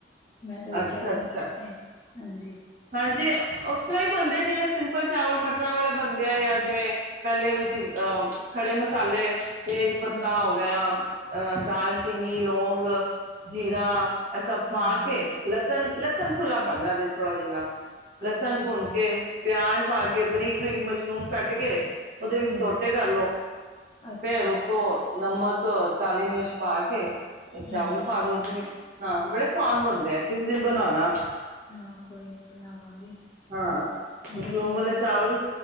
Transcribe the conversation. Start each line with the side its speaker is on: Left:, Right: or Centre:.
Left: ਮੈਂ ਕਦੀ
Right: ਅੱਛਾ
Left: ਟਰਾਈ
Right: ਅੱਛਾ
Left: ਨਹੀਂ ਕੀਤੇ। ਹਾਂਜੀ
Right: ਹਾਂਜੀ, ਉਸ ਤਰ੍ਹਾਂ ਹੀ ਬਣਦੇ ਜਿਵੇਂ ਸਿੰਪਲ ਚਾਵਲ ਮਟਰਾਂ ਵਾਲੇ ਬਣਦੇ ਆ ਜਾਂ ਜਿਵੇਂ ਪਹਿਲੇ ਵਿੱਚ ਅ ਖੜੇ ਮਸਾਲੇ ਤੇਜ ਪੱਤਾ
Left: ਹਾਂਜੀ
Right: ਹੋ ਗਿਆ ਅ ਦਾਲ ਚੀਨੀ, ਲੌਂਗ ਜੀਰਾ ਇਹ ਸਭ ਪਾ
Left: ਹਾਂਜੀ
Right: ਕੇ ਲਸਣ ਲਸਣ ਖੁੱਲਾ ਪੈਂਦਾ ਹੈ ਇਦੇ ਚ ਥੋੜ੍ਹਾ ਜਿਨ੍ਹਾਂ ਲਸਣ
Left: ਅੱਛਾ
Right: ਭੁਨ ਕੇ ਪਿਆਜ਼ ਪਾ ਕੇ ਬਰੀਕ-ਬਰੀਕ ਮਸ਼ਰੂਮ ਕੱਟ ਕੇ ਉਹਦੇ ਵਿੱਚ
Left: ਹਾਂਜੀ
Right: ਸੋਟੇ ਕਰ ਲਓ,
Left: ਅੱਛਾ।
Right: ਫੇਰ ਉਤੋਂ ਨਮਕ ਕਾਲੀ ਮਿਰਚ ਪਾ ਕੇ ਫਿਰ
Left: ਹਾਂਜੀ
Right: ਚਾਵਲ ਪਾ ਦੋ ਜਿਵੇਂ, ਹਾਂ ਬੜੇ ਸਵਾਦ ਬਣਦੇ ਆ ਕਿਸੇ ਦਿਨ ਬਣਾਉਣਾ।
Left: ਹਾਂ। ਕੋਈ ਨੀ ਬਣਾਵਾਂਗੀ,
Right: ਹਾਂ ਮਸ਼ਰੂਮ
Left: ਵਧੀਆ
Right: ਵਾਲੇ
Left: ਸ
Right: ਚਾਵਲ